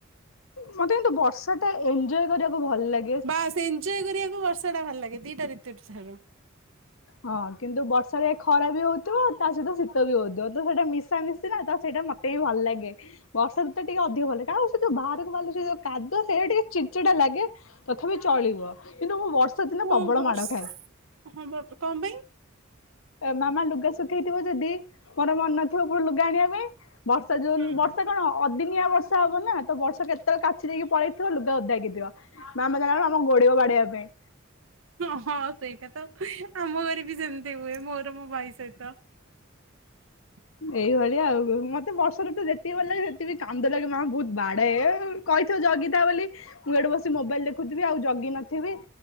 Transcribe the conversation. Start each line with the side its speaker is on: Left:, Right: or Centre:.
Left: ମତେ କିନ୍ତୁ ବର୍ଷାଟା ଏଞ୍ଜୟ କରିବାକୁ ଭଲ ଲା
Right: ବାସ୍ ଏଞ୍ଜୟ କରିବାକୁ ବର୍ଷା ଟା ଭଲ ଲାଗେ ଦିଟା ଋତୁ ଠାରୁ।
Left: ହଁ କିନ୍ତୁ ବର୍ଷାରେ ଖରା ବି ହଉଥିବ ତା ସହିତ ଶୀତ ବି ହଉଥିବ। ତ ସେଇଟା ମିଶା ମିଶି ନା ତ ସେଇଟା ମତ୍ ମତେ ବି ଭଲ ଲାଗେ। ବର୍ଷା ଋତୁଟା ଟିକେ ଅଧିକ ଭଲ ଲାଗେ। ଆଉ ସେ ଯୋଉ ବାହାରକୁ ବାହାରିଲେ ସେ ଯୋଉ କାଦୁଅ ସେଇଟା ଟିକେ ଚିଡିଚିଡା ଲାଗେ। ତଥାପି ଚଳିବ। କିନ୍ତୁ ମୁଁ ବର୍ଷା ଦିନେ
Right: ହଁ
Left: ପ୍ରବଳ
Right: ବର୍ଷ
Left: ମାଡ ଖାଏ।
Right: ହଁ କଣ ପାଇଁ
Left: ମାମା ଲୁଗା ଶୁଖେଇଥିବ ଯଦି ମୋର ମନ ନଥିବ ଉପୁରୁ ଲୁଗା ଆଣିବା ପାଇଁ ବର୍ଷା <unintelligible>
Right: ହଁ
Left: ବର୍ଷା କଣ ଅଦିନିଆ ବର୍ଷା ହବ ନା ତ ବର୍ଷକ କେତେବେଳେ କାଚି ଦେଇକି ପଳେଇଥିବ ଲୁଗା ଓଦା ହେଇ <unintelligible> ଥିବ। ମାମା ଜାଣି <unintelligible> ଆମୁକୁ ଗୋଡେଇବ ବାଡେଇବା ପାଇଁ।
Right: ହଁ ହଁ ସେଇଟା ତ ଆମ ଘରେ ବି ସେମିତି ହୁଏ। ମୋର ମୋ ଭାଇ ସହିତ। <unintelligible>
Left: ଏଇଭଳିଆ ଆଉ। ମତେ ବର୍ଷା ଋତୁ ଯେତିକି ଭଲ ଲାଗେ ସେତିକି ବି କାନ୍ଦଲାଗେ ମାମା ବହୁତ ବାଡାଏ ଏଁ କହିଥିବ ଜଗିଥା ବୋଲି ମୁଁ ଏଇଠୁ ବସି ମୋବାଇଲ ଦେଖୁଥିବି ଆଉ ଜଗି ନଥିବି।